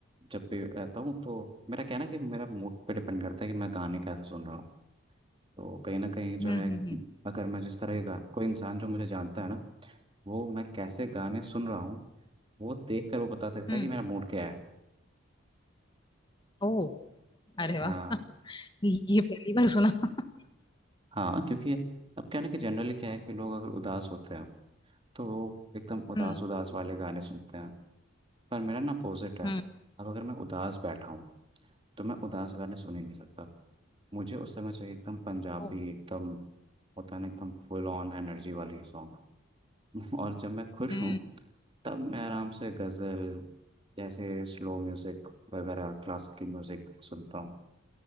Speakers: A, on the right; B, on the left.
A: जब भी रहता हूँ तो मेरा कहना है कि मेरा मूड पे डिपेंड करता है कि मैं गाने कैसे सुन रहा हूँ तो कहीं ना कहीं जो
B: हम्म
A: है
B: हम्म हम्म
A: अगर गा- कोई इंसान जो मुझे जानता है ना वो मैं कैसे गाने सुन रहा हूँ वो देख कर वो बता सकता
B: हम्म
A: है कि मेरा मूड क्या है
B: ओ अरे वाह
A: हाँ
B: ये पहली बार सुना <laughs>
A: हाँ क्योंकि अब क्या है ना कि जनरली क्या है कि लोग अगर उदास होते हैं तो वो एकदम उदास
B: हम्म
A: उदास वाले गाने सुनते हैं पर मेरा ना अपोजिट है
B: हम्म
A: अब अगर मैं उदास बैठा हूँ तो मैं उदास गाने सुन ही नहीं सकता मुझे उस समय चाहिए एकदम पंजाबी
B: ओ
A: एकदम होता है ना एकदम फुल ऑन एनर्जी वाली सॉन्ग <laughs> और जब मैं खुश
B: हम्म
A: हूँ तब मैं आराम से गज़ल जैसे स्लो म्यूज़िक वगैरह क्लासिकल म्यूज़िक सुनता हूँ